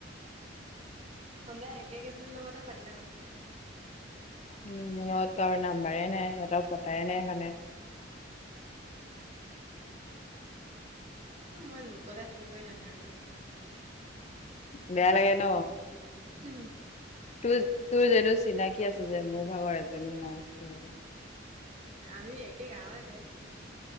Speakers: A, on the right; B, on the left.
A: সদায় একে কেইজনীৰ লগতে পাতি থাকোঁ।
B: উম্, মোৰ লগত কাৰো নাম্বাৰে নাই, সিহঁতক কথাই পতা নাই সেইকাৰনে।
A: উম্। উম্, মই লোকলে ফোন কৰি নাথাকোঁ মানে।
B: বেয়া লাগে ন।
A: উম্।
B: তোৰ, তোৰ জানো চিনাকি আছিল যে মোৰ ভাগৰ এজনী নাইছিল
A: আমি একে গাঁৱৰে যে